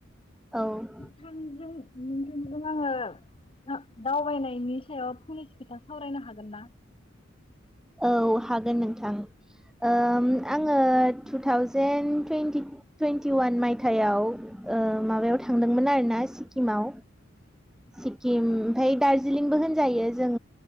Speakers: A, in the centre; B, on the left (about 25°).
A: औ
B: थां नुनो थदों आङो <unintelligible> दावबायनायनि सायाव फंनैसो खोथा सावरायनो हागोनना?
A: औ हागोन नोंथां ओम आंङो टु थावजेेन टुइन्टि टुइन्टिवान मायथायाव ओ माबायाव थांदोंमोन आरोना सिक्किमाव। सिक्किम ओमफाय दार्जिलिंबो होनजायो जों